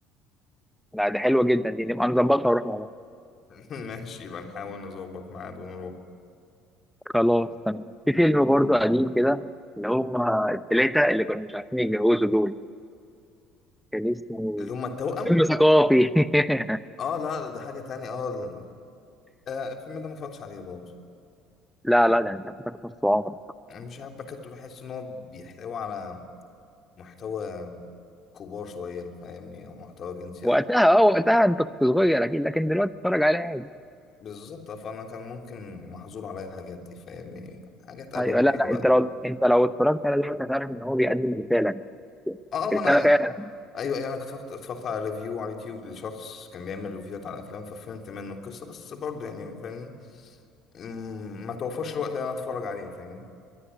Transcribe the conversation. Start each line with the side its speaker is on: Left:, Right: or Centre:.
Centre: لا ده حلوه جدا دي نبقى نظبطها ونروح مع بعض
Left: <laughs> ماشي يبقى نحاول نظبط ميعاد ونروح
Centre: خلاص تمام في فيلم برضه قديم كده اللي هم الثلاثه اللي كانوا مش عارفين يتجوزوا دول كان اسمه
Left: اللي هم التوأم
Centre: فيلم ثقافي <laughs>
Left: اه لا لا، ده حاجه تانية اه ال- آه، الفيلم ده ما اتفرجتش عليه برضه
Centre: لا لا ده انت فاتك نص عمرك
Left: أنا مش عارف بكتب بحس ان هو بيحتوي على محتوى كبار شويه فاهمني او محتوى جنسي
Centre: وقتها
Left: اكتر
Centre: اه وقتها انت كنت صغير اكيد لكن دلوقتي اتفرج عليه عادي
Left: بالظبط فانا كان ممكن محظور عليا الحاجات دي فاهمني حاجات ابويه
Centre: ايوه لا لا
Left: بقى
Centre: انت لو انت لو اتفرجت على دلوقتي هتعرف ان هو بيقدم رساله
Left: اه ما
Centre: رساله
Left: انا
Centre: فعلا
Left: ايوه ايوه انا كنت اتفرجت اتفرجت على ريفيو على اليوتيوب لشخص كان بيعمل ريفيوهات على الافلام ففهمت منه القصه بس برضه يعني فاهم مم، ما توفرش الوقت اللي انا اتفرج عليه فاهمني